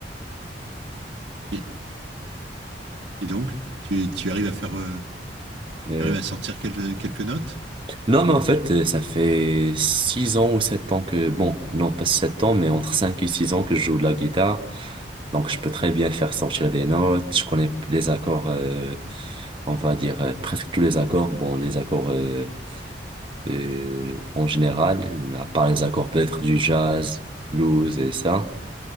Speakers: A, on the right (about 75°); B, on the right (about 30°).
A: Et, et donc, tu, tu arrives à faire, euh,
B: Euh,
A: tu arrives à sortir quelques, quelques notes.
B: Non, mais en fait, euh, ça fait 6 ans ou 7 ans que, bon, non pas 7 ans, mais entre 5 et 6 ans que je joue de la guitare. Donc, je peux très bien faire sortir des notes. Je connais les accords, euh, on va dire euh, presque tous les accords. Bon, les accords euh, euh, en général, à part les accords peut-être du jazz, blues et ça.